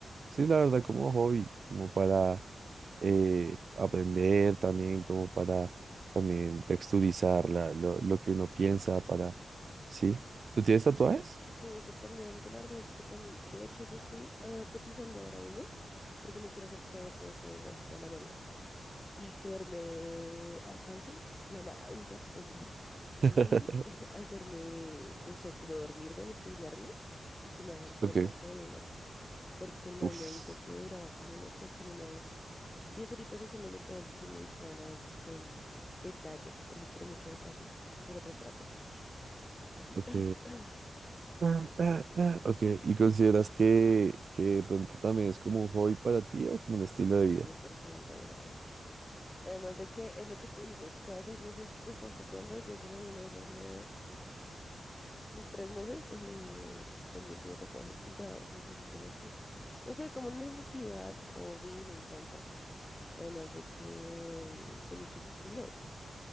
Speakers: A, on the right; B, on the left.
A: sí, la verdad, como hobby, como para eh, aprender también, como para también texturizar la, lo, lo que uno piensa, para, ¿sí? ¿Tú tienes tatuajes?
B: Sí, yo también, yo la verdad es que también, de hecho yo estoy eh, cotizando ahora uno, porque me quiero hacer todo, todo, todo el brazo, toda la manga, y creerme Arcángel, la maravilla, mentira, <laughs>
A: <laughs>
B: y <laughs> hacerme, no sé, como dormirme, anestesiarme, y que me hagan todo
A: Ok,
B: el brazo de una, porque el man
A: uff,
B: me dijo que duraba como, no sé, como unas 10 horitas haciéndome todo el diseño y todas las, todo el detalle, porque quiero mucho detalle, quiero retratos, así.
A: ok.
B: <clears throat>
A: Ah, ah, ah, Ok, ¿y consideras que, que de pronto también es como un hobby para ti o como un estilo de
B: cien
A: vida?
B: por ciento gordo. Además de que es lo que tú dices, cada seis meses te estás tatuando. Yo por lo menos hace tres meses dejé- fue mi último tatuaje y ya necesito más tinta. No sé, como una necesidad, hobby, me encanta. Además de que mm, son muchos estilos.